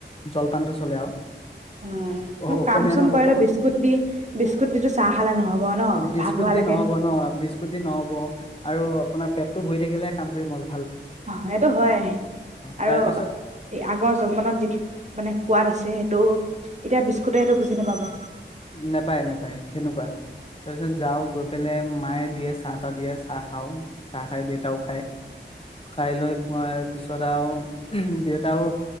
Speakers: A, on the left; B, on the right.
A: জলপানটো চলে আৰু
B: অ মই
A: অসমীয়া
B: কাম চম
A: ন
B: কৰে
A: অস
B: আৰু বিস্কুট দি বিস্কুট দি টো চাহ খালে নহব ন
A: বিস্কুট
B: ভাত হোৱালৈকে
A: দি নহ'ব ন বিস্কুট দি নহ'ব আৰু আপোনাৰ পেটটো ভৰি থাকিলে কাম কৰি মন
B: সেইটো হয় আৰু
A: তাৰপিছত
B: আগৰ জলপানত যিটো মানে সোৱাদ আছে সেইটো এতিয়া বিস্কুট সেইটো বুজি নাপাব
A: নাপায় নাপায় সেনেকুৱা তাৰ পিছত যাওঁ গৈ পেলাই মায়ে দিয়ে চাহ তাহ দিয়ে চাহ খাওঁ চাহ খাই দেউতাও খায় খাই লৈ পিছত আৰু দেউতাও